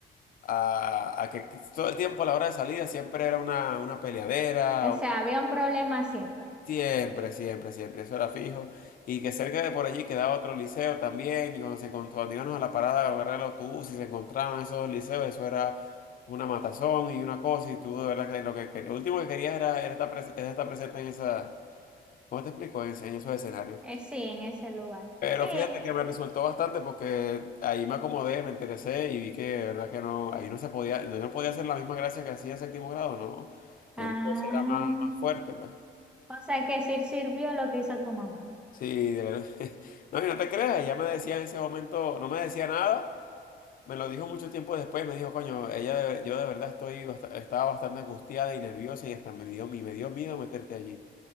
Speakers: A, on the left; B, in the centre.
A: A, a que todo el tiempo a la hora de salida siempre era una, una peleadera,
B: O sea, había un problema siempre.
A: Siempre, siempre, siempre, eso era fijo. Y que cerca de por allí quedaba otro liceo también. Y cuando se encontró, cuando íbamos a la parada a agarrar el autobús y se encontraban esos dos liceos, eso era una matazón y una cosa. Y tú, de verdad, que lo que, que- lo último que querías era, era estar, pres- era estar presente en esa. ¿Cómo te explico? En, en esos escenarios.
B: Eh, sí, en ese lugar.
A: Pero
B: Sí.
A: fíjate que me resultó bastante porque ahí me acomodé, me interesé y vi que, de verdad, que no. Ahí no se podía, no no podía hacer la misma gracia que hacía en séptimo grado, ¿no? Ahí
B: Ah,
A: la cosa era más, más fuerte, pues.
B: o sea que sí sirvió lo que hizo tu mamá.
A: Sí, de verdad. <laughs> No, y no te creas, ella me decía en ese momento, no me decía nada, me lo dijo mucho tiempo después, me dijo, coño, ella de- yo de verdad estoy, bast- estaba bastante angustiada y nerviosa y hasta me dio, me dio miedo meterte allí,